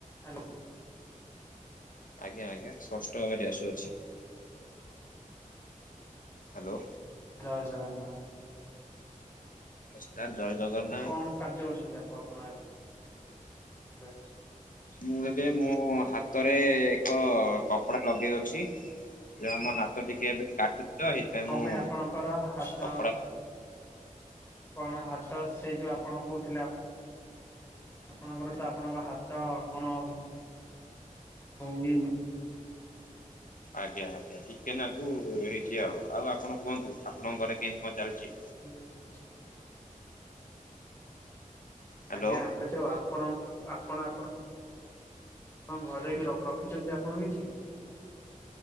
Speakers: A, on the left; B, on the left.
A: Hello
B: ଆଜ୍ଞା ଆଜ୍ଞା ସ୍ପଷ୍ଟ ଭାବରେ ଆସୁଅଛି। ହ୍ୟାଲୋ।
A: ଜୟ ଜଗନ୍ନାଥ।
B: ନମସ୍କାର ଜୟ ଜଗନ୍ନାଥ।
A: କଣ କାର୍ଯ୍ୟ କରୁଛନ୍ତି ଆପ ଆପଣ ଏ <unintelligible>
B: ମୁଁ ଏବେ ମୋ ହାତରେ ଏକ କପଡା ଲଗେଇ ଅ ଛି ମୋ ହାତ ଟିକେ ଏବେ କାଟୁଛି ତ ସେଇଥିାଇଁ
A: କଣ
B: ମୁଁ
A: ପାଇଁ ଆପଣଙ୍କର ହାତ
B: କପଡା
A: କଣ ହାତ ସେ ଯୋଉ ଆପଣ କହୁଥିଲେ। ଆପଣଙ୍କର ତ ଆପଣଙ୍କ ହାତ କଣ ହୋଇ
B: ଆଜ୍ଞା ଆଜ୍ଞା ଟିକେ ନାକୁ ହେଇଛି ଆଉ ଆଉ ଆପଣ କୁହନ୍ତୁ ଆପଣଙ୍କ ଘରେ କେମିତି କଣ ଚାଲିଛି।
A: <unintelligible>
B: ହ୍ୟାଲୋ
A: ଆଜ୍ଞା ଆ ତ ଆପଣ ଆପଣ ଆପଣଙ୍କ ଘରେ କ ର ରଖିଛନ୍ତି ଆପଣ କିଛି?